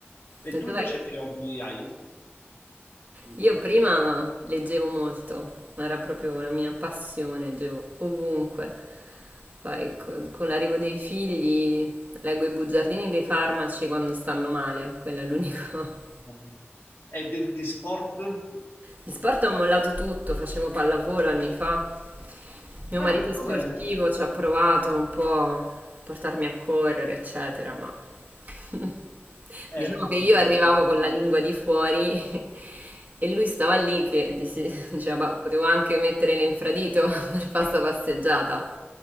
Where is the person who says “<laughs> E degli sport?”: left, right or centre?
Left